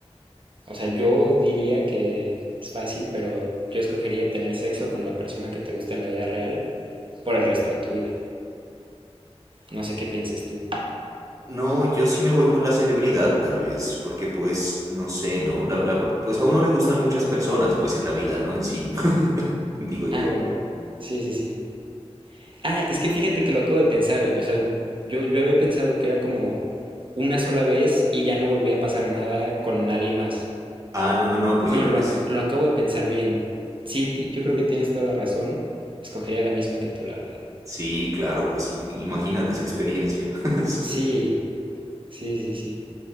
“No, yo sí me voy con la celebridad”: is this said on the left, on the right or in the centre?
Right